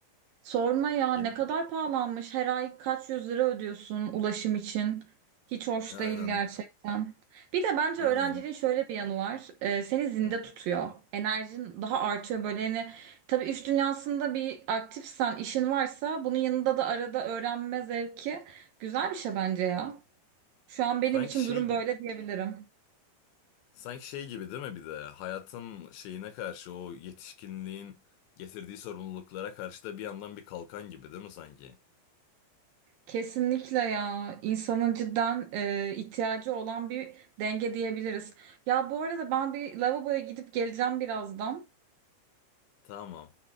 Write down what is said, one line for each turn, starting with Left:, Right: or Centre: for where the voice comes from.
Right: Sorma ya
Left: Yeni...
Right: ne kadar pahalanmış. Her ay kaç yüz lira ödüyorsun ulaşım için. Hiç hoş
Left: Aynen.
Right: değil gerçekten. Bir de bence
Left: Aynen
Right: öğrenciliğin
Left: ya.
Right: şöyle bir yanı var. Ee, seni zinde
Left: Hı.
Right: tutuyor. Enerjin daha artıyor böyle. Yani, tabii iş dünyasında bir aktifsen, işin varsa bunun yanında da arada öğrenme zevki güzel bir şey bence ya. Şu an benim
Left: Sanki
Right: için
Left: şey
Right: durum
Left: gibi
Right: böyle diyebilirim.
Left: sanki şey gibi değil mi bir de hayatın şeyine karşı o yetişkinliğin getirdiği sorumluluklara karşı da bir yandan bir kalkan gibi değil mi sanki?
Right: Kesinlikle ya insanın cidden e, ihtiyacı olan bir denge diyebiliriz. Ya bu arada ben bir lavaboya gidip geleceğim birazdan.
Left: Tamam.